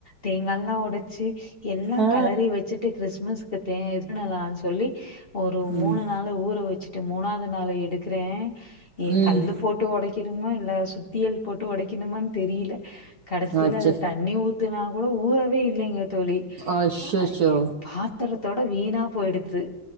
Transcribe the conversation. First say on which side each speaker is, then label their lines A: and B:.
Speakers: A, on the left; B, on the right.
A: தேங்கா எல்லா உடச்சு எல்லா
B: ஆ.
A: கிளறி வெச்சுட்டு கிறிஸ்மஸ்க்கு தே இது பண்ணலான்னு சொல்லி <unintelligible> ஒரு
B: ம்.
A: மூணு நாள் ஊற வெச்சு ட்டு மூணாவது நாள் எடுக்கிறே ஏ
B: ம்.
A: கல்லு போட்டு உடைக்கனு மா இல்ல சுத்தியல் போட்டு உடைக்கணுமானு தெரியல கடைசியில
B: ஆச்சே!
A: அது தண்ணி ஊ துனா கூட ஊறவே இல்லைங்க தோழி
B: அச்சச்சோ!
A: ஆஹ் பாத்திரத்தோட வீணா போயிடுது